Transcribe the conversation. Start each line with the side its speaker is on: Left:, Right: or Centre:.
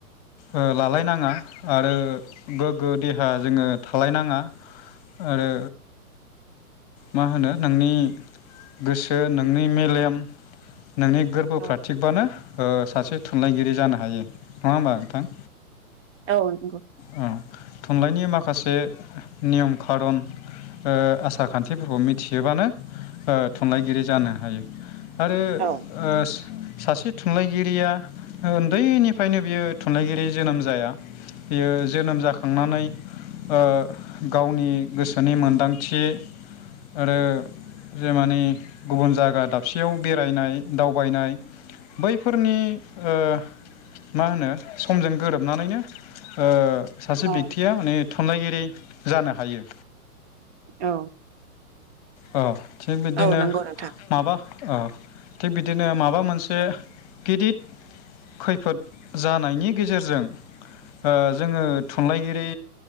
Left: ओ लालायनाङा आरो गोग्गो देहा जोङो थालायनाङा आरो मा होनो नोंनि गोसो, नोंनि मेलेम नोंनि गोरबोफ्रा
Right: औ
Left: थिगबानो ओ सासे थुनलाइगिरि जानो हायो। नङा होमबा नोंथां?
Right: औ नंगौ।
Left: औ थुनलाइनि माखासे नियम खारन ओ आसा खान्थिफोरखौ मिथियोबानो। ओ थुनलाइगिरि जानो हायो आरो
Right: औ
Left: ओस। सासे थुनलाइगिरिया ओन्दैनिफायनो बियो थुनलाइगिरि। जोनोम जाया बियो जोनोम जाखांनानै ओ गावनि गोसोनि मोनदांथि ओरो जे मानि गुबुन जागा दाबसेयाव बेरायनाय दावबायनाय बैफोरनि ओ। मा होनो स। जों गोरोबनानैनो ओ सासे
Right: औ
Left: बिक्तिया होनिथ। थुनलाइगिरि जानो हायो।
Right: औ।
Left: ओ। थिग बिदिनो
Right: औ नंगौ नोंथां
Left: माबा। ओ थिग बिदिनो माबा मोनसे गिदिद खैफोद जानायनि गेजेरजों ओ जोङो थुनलाइगिरि